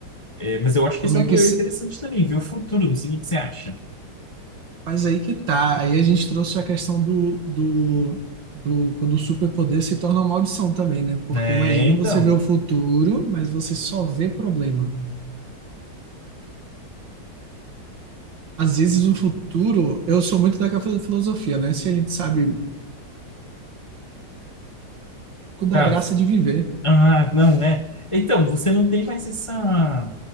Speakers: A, on the left; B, on the right.
A: é, mas eu acho que
B: Então,
A: esse
B: meio
A: é um poder
B: que.
A: interessante também, ver o futuro, não sei o que você acha.
B: Mas aí que tá. Aí a gente trouxe a questão do, do, do quando o superpoder se torna uma maldição também, né? Porque
A: É,
B: imagina
A: então,
B: você ver o futuro, mas você só vê problema. Às vezes o futuro, eu sou muito daquela filo- filosofia, né? Se a gente sabe o pouco da
A: cara,
B: graça
A: s-
B: de viver.
A: ah, não, é. Então, você não tem mais essa.